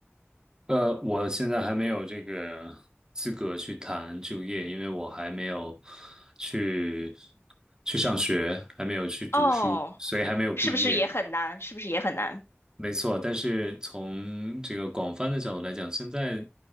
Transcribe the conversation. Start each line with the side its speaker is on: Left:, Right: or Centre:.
Right: 呃，我现在还没有这个资格去谈就业，因为我还没有去去上学，还没有去读书，
Left: 哦，
Right: 所以还没有毕业。
Left: 是不是也很难？是不是也很难？
Right: 没错，但是从这个广泛的角度来讲，现在